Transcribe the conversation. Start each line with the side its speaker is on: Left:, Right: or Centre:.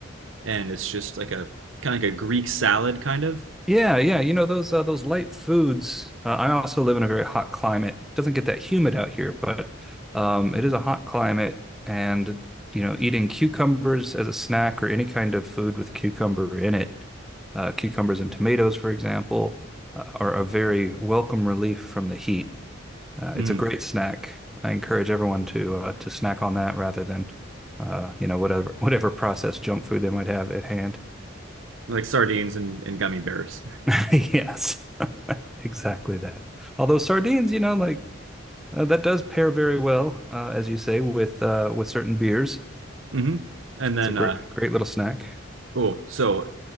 Right: and it's just like a kind of like a Greek salad kind of,
Centre: Yeah, yeah. You know those uh, those light foods. Uh, I also live in a very hot climate. It doesn't get that humid out here, but um, it is a hot climate, and you know, eating cucumbers as a snack or any kind of food with cucumber in it, uh, cucumbers and tomatoes, for example, uh, are a very welcome relief from the heat. Uh,
Right: mm,
Centre: it's a great snack. I encourage everyone to uh, to snack on that rather than uh, you know whatever <laughs> whatever processed junk food they might have at hand.
Right: like sardines and, and gummy bears.
Centre: <laughs> Yes. exactly that. Although sardines, you know, like uh, that does pair very well, uh, as you say, with uh, with certain beers.
Right: <laughs> hmm And then
Centre: It's a great,
Right: uh,
Centre: great little snack.
Right: oh, so